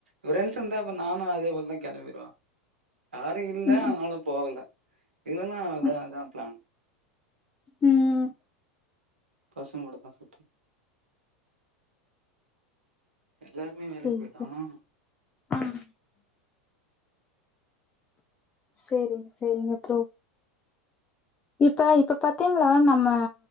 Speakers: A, on the right; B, on the left.
A: ஃப்ரெண்டஸ் இருந்தா இப்ப நானு அதே போலதா கெளம்பிருவ யாரு இல்ல
B: ம்
A: அன்னால போகல இல்லன்னா அதா
B: ம்
A: அதா ப்ளான்
B: ம்
A: பசங்களோட தா சுத்து எல்லாருமே வேலைக்கு
B: சேரி
A: போயிட்டானா
B: சேரி சேரிங்க சேரிங்க ப்ரோ இப்ப இப்ப பாத்தீங்களா நம்ம